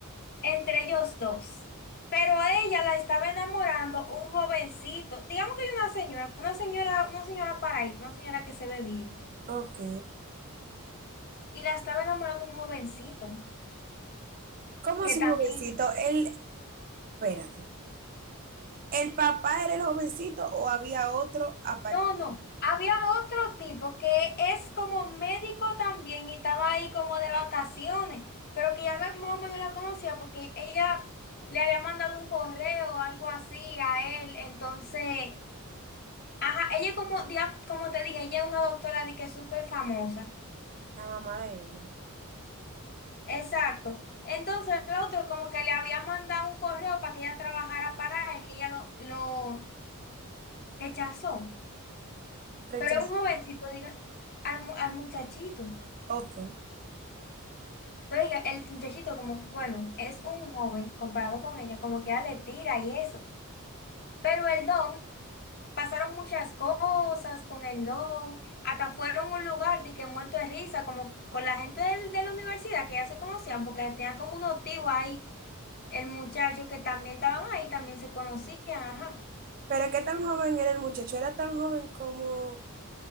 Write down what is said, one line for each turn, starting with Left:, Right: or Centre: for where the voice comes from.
Left: entre ellos dos. Pero a ella la estaba enamorando un jovencito, digamos que hay una señora, una señora, una señora paraíso, una señora que se ve bien.
Right: Ok.
Left: Y la estaba enamorando un jovencito,
Right: ¿Cómo
Left: que
Right: su
Left: también,
Right: jovencito? Él, espérate. ¿El papá era el jovencito o había otro aparte
Left: no,
Right: de
Left: no,
Right: él?
Left: había otro tipo que es como médico también y estaba ahí como de vacaciones, pero que ya la- más o menos la conocía porque ella le había mandado un correo o algo así a él, entonces... Ajá, ella como, digamos, como te dije, ella es una doctora de que es súper famosa.
Right: La mamá de ella.
Left: Exacto. Entonces el otro como que le había mandado un correo para que ella trabajara para él y ella lo, lo rechazó.
Right: Rechazó.
Left: Pero es un jovencito, diga, al, mu- al muchachito.
Right: Ok.
Left: Pero ella- el muchachito como, bueno, es un joven comparado con ella, como que ella le tira y eso. Pero el don, pasaron muchas cosas con el don, hasta fueron a un lugar de que muerto de risa, como con la gente del- de la universidad que ya se conocían, porque tenían como un tíos ahí. el muchacho que también estaban ahí, también se conocían, ajá.
Right: ¿Pero qué tan joven era el muchacho? ¿Era tan joven como